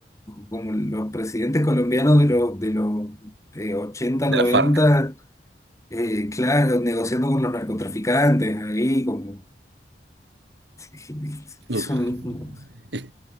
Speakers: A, on the left (about 20°); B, on the right (about 75°).
A: como los presidentes colombianos de los, de los eh, 80, 90,
B: de la FARC.
A: eh, claro, negociando con los narcotraficantes, ahí como <laughs>
B: Uf,
A: eso mismo.
B: es